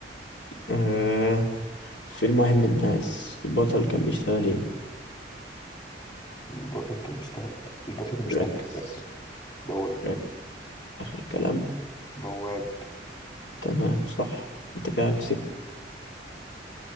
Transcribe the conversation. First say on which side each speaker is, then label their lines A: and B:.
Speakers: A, on the left; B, on the left.
A: آه فيلم واحد من الناس البطل كان بيشتغل ايه
B: البطل كان بيشتغل ده البطل كان بيشتغل
A: ركز
B: بواب بواب
A: ركز آخر كلام
B: بواب
A: تمام صح انت كده كسبت